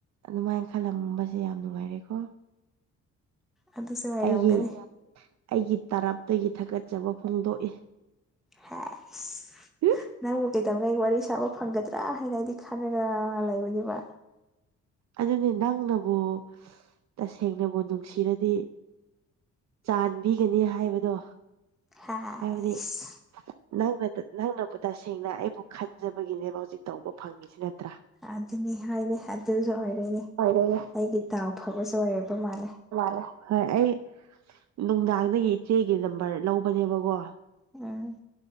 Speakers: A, on the right; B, in the centre.
A: ꯑꯗꯨꯃꯥꯏꯅ ꯈꯜꯂꯝꯕꯁꯦ ꯌꯥꯝ ꯅꯨꯡꯉꯥꯏꯔꯦꯀꯣ
B: ꯑꯗꯨꯁꯨ ꯑꯣꯏꯔꯝꯒꯅꯤ
A: ꯑꯩꯒꯤ ꯑꯩꯒꯤ ꯇꯔꯞꯇꯒꯤ ꯊꯥꯒꯠꯆꯕ ꯐꯣꯡꯗꯣꯛꯏ
B: ꯍꯦꯁ
A: <inaudible>
B: ꯅꯪꯕꯨ ꯀꯩꯗꯧꯅ ꯑꯩ ꯋꯥꯔꯤ ꯁꯥꯕ ꯐꯪꯒꯗ꯭ꯔꯥ ꯍꯥꯏꯅ ꯑꯩꯗꯤ ꯈꯅꯔ ꯂꯩꯕꯅꯦꯕ
A: ꯑꯗꯨꯅꯤ ꯅꯪꯅꯕꯨ ꯇꯁꯦꯡꯅꯕꯨ ꯅꯨꯡꯁꯤꯔꯗꯤ ꯆꯥꯟꯕꯤꯒꯅꯤ ꯍꯥꯏꯕꯗꯣ
B: ꯍꯥꯏꯁ
A: ꯍꯥꯏꯕꯗꯤ ꯅꯪꯅ ꯅꯪꯅꯕꯨ ꯇꯁꯦꯡꯅ ꯑꯩꯕꯨ ꯈꯟꯖꯕꯒꯤꯅꯦꯕ ꯍꯧꯖꯤꯛ ꯇꯧꯕ ꯐꯪꯉꯤꯁꯤ ꯅꯠꯇ꯭ꯔꯥ
B: ꯑꯗꯨꯅꯤ ꯍꯥꯏꯅꯤ ꯑꯗꯨꯁꯨ ꯑꯣꯏꯔꯦꯅꯦ
A: ꯑꯣꯏꯔꯦ
B: ꯑꯩꯒꯤ ꯇꯥꯎ ꯐꯕꯁꯨ ꯑꯣꯏꯔꯛꯄ ꯃꯥꯜꯂꯦ
A: ꯋꯥꯂꯦ ꯍꯣꯏ ꯑꯩ ꯅꯨꯡꯗꯥꯡꯗꯒꯤ ꯏꯆꯦꯒꯤ ꯅꯝꯕꯔ ꯂꯧꯕꯅꯦꯕꯀꯣ
B: ꯎꯝ